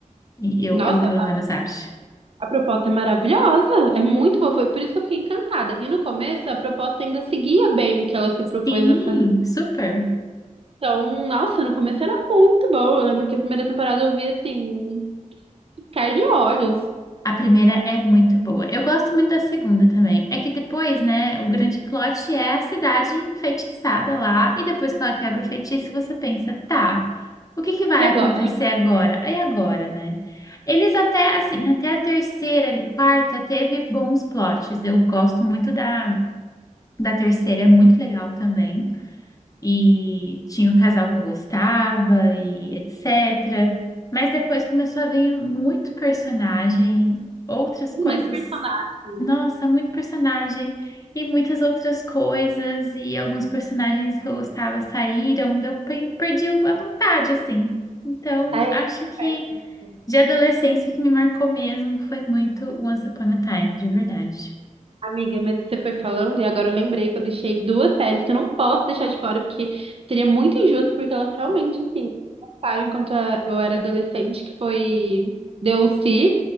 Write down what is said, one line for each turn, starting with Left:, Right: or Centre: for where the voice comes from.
Left: E eu,
Right: Nossa,
Left: eu pelo
Right: a
Left: menos acho.
Right: a proposta é maravilhosa. É muito boa. Foi por isso que eu fiquei encantada. E no começo, a proposta ainda seguia bem o que ela se propôs
Left: Sim,
Right: a fazer.
Left: super.
Right: Então, nossa, no começo era muito bom. Eu lembro que a primeira temporada eu vi assim, ficar de olhos.
Left: A primeira é muito boa. Eu gosto muito da segunda também. É que depois, né, o grande plot é a cidade enfeitiçada lá, e depois que ela quebra o feitiço, você pensa, tá, o que que vai
Right: E agora?
Left: acontecer agora? Aí agora, né? Eles até, assim, até a terceira ali, quarta, teve bons plots. Eu gosto muito da, da terceira, é muito legal também. e tinha o casal que eu gostava e etc. Mas depois começou a vir muito personagem, outras
Right: Muitos
Left: coisas.
Right: personagens.
Left: Nossa, muito personagem e muitas outras coisas e alguns personagens que eu gostava saíram, daí eu pe- perdi a vontade assim. Então,
Right: Ai,
Left: acho que
Right: a gente perde isso.
Left: de adolescência o que me marcou mesmo foi muito Once Upon a Time, de verdade.
Right: Amiga, mas você foi falando e agora eu lembrei que eu deixei duas séries que eu não posso deixar de fora, porque seria muito injusto, porque elas realmente, assim, passaram enquanto a- eu era adolescente, que foi DLC,